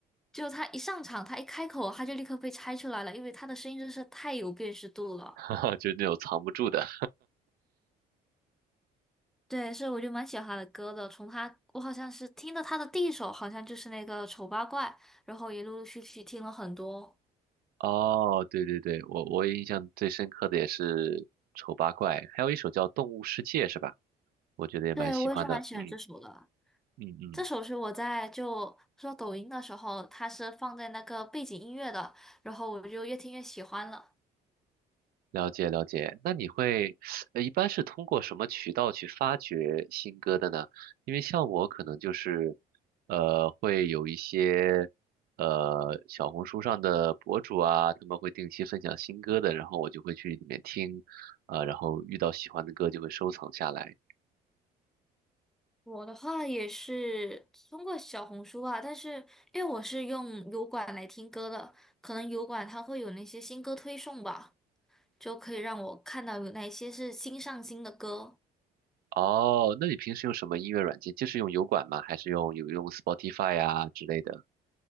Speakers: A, in the centre; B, on the right.
A: 就他一上场，他一开口，他就立刻被猜出来了，因为他的声音真是太有辨识度了。
B: <laughs> 哈哈，就是那种藏不住的。
A: 对，是我就蛮喜欢他的歌的。从他，我好像是听的他的第一首，好像就是那个《丑八怪》，然后也陆陆续续听了很多。
B: 哦，对对对，我我印象最深刻的也是《丑八怪》，还有一首叫《动物世界》，是吧？我觉得也蛮喜欢的。
A: 对，我也是蛮喜欢这首的。
B: 嗯嗯嗯。
A: 这首是我在就刷抖音的时候，它是放在那个背景音乐的，然后我就越听越喜欢了。
B: 了解了解，那你会，呃，一般是通过什么渠道去发掘新歌的呢？因为像我可能就是，呃，会有一些，呃，小红书上的博主啊，他们会定期分享新歌的，然后我就会去里面听，啊、然后遇到喜欢的歌就会收藏下来。
A: 我的话也是通过小红书啊，但是因为我是用油管来听歌的，可能油管它会有那些新歌推送吧，就可以让我看到有哪些是新上新的歌。
B: 哦，那你平时用什么音乐软件？就是用油管吗？还是用有用 Spotify 呀之类的？